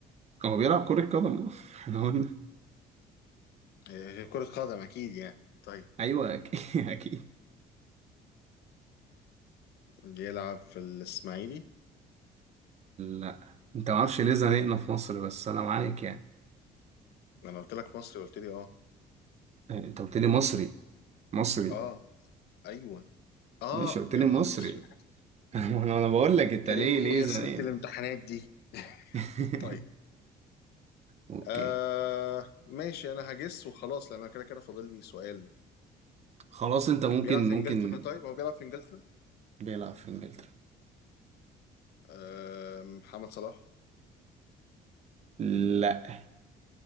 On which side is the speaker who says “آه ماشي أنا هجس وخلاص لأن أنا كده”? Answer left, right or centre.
Left